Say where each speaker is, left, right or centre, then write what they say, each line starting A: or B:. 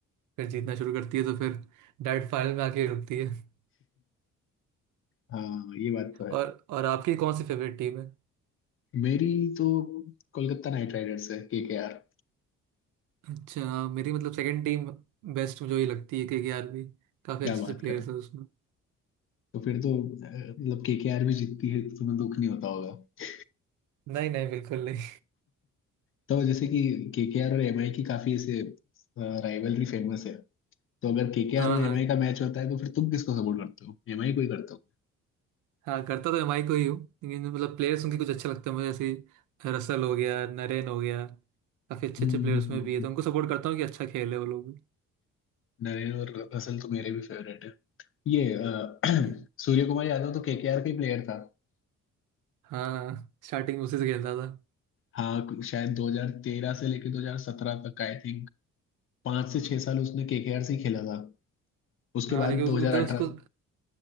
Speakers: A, on the right (about 90°); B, on the left (about 45°).
A: फिर जीतना शुरू करती है तो फिर डायरेक्ट फाइनल में आके रुकती है
B: हाँ ये बात तो है
A: और और आपकी कौन सी फेवरेट टीम है
B: मेरी तो कोलकाता नाइट राइडर्स है केकेआर
A: अच्छा मेरी मतलब सेकंड टीम बेस्ट मुझे ये लगती है केकेआर भी काफी
B: क्या
A: अच्छे
B: बात
A: अच्छे प्लेयर्स
B: कर रहे हो
A: हैं उसमें
B: तो फिर तो अ, मतलब केकेआर भी जीतती है तो तुम्हें दुख नहीं होता होगा
A: नहीं नहीं बिल्कुल नहीं
B: तो जैसे कि केकेआर और एमआई की काफी ऐसे राइवलरी फेमस है तो अगर केकेआर
A: हाँ
B: और
A: हाँ
B: एमआई का मैच होता है तो फिर तुम किसको सपोर्ट करते हो एमआई को ही करते हो
A: हाँ करता तो एमआई को ही हूँ लेकिन मतलब प्लेयर्स उनके कुछ अच्छा लगता है मुझे जैसे रसल हो गया नरेन हो गया काफी अच्छे
B: हम्म,
A: अच्छे प्लेयर्स
B: हम्म, हम्म,
A: में भी
B: हम्म।
A: है
B: हम्म।
A: तो उनको सपोर्ट करता हूँ कि अच्छा खेल है वो लोग भी
B: नरेन और असल तो मेरे भी फेवरेट है ये अ,
A: हम्म,
B: <clears throat> सूर्य कुमार यादव तो केकेआर का ही प्लेयर था
A: हाँ हाँ स्टार्टिंग में उसी से खेलता था
B: हाँ शायद 2013 से लेकर 2017 तक आई थिंक पांच से छह साल उसने केकेआर से ही खेला था उसके
A: हाँ
B: बाद
A: लेकिन
B: 2018
A: उस- उधर उसको